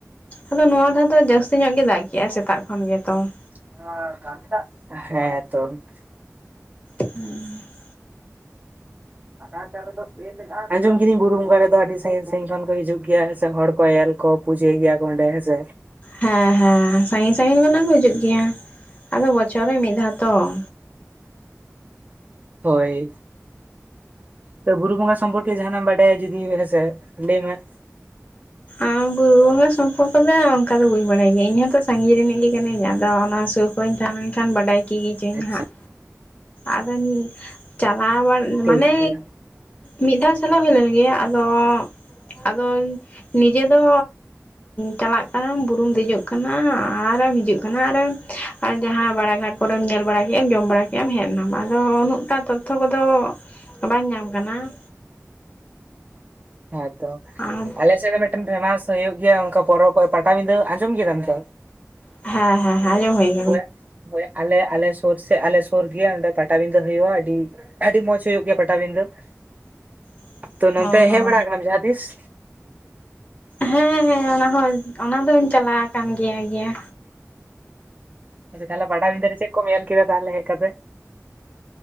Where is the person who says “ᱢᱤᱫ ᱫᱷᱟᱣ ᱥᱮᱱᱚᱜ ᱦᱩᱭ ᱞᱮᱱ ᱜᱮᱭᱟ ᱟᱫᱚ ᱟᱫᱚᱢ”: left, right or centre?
Left